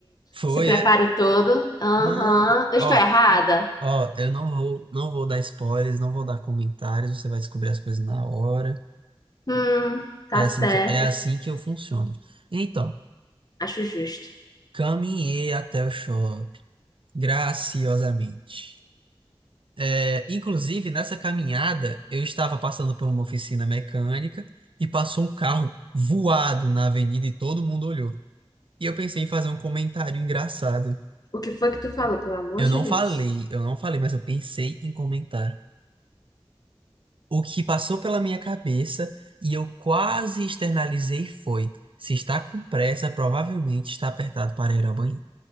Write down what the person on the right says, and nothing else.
foi,
é?
Não,
ó,
ó, eu não vou, não vou dar spoilers, não vou dar comentários, você vai descobrir as coisas na hora.
É assim
que, eu- é assim que eu funciono. Então,
Caminhei até o shopping, graciosamente. É, inclusive, nessa caminhada, eu estava passando por uma oficina mecânica e passou um carro voado na avenida e todo mundo olhou. E eu pensei em fazer um comentário engraçado.
Eu
não
falei, eu não falei, mas eu pensei em comentar. O que passou pela minha cabeça e eu quase externalizei foi: se está com pressa, provavelmente está apertado para ir ao banheiro.